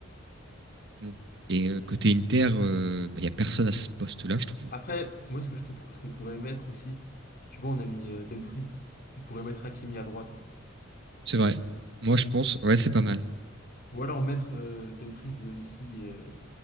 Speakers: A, on the right; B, on the left.
A: Donc, et euh, côté Inter, euh, bah, il y a personne à ce poste-là, je trouve.
B: Après, moi, ce que je te, pro- ce qu'on pourrait mettre aussi, tu vois, on a mis euh, Dumfries. On pourrait mettre Hakimi à droite.
A: C'est vrai. Moi, je pense, ouais, c'est pas mal.
B: Ou alors mettre euh, Dumfries euh, ici, euh,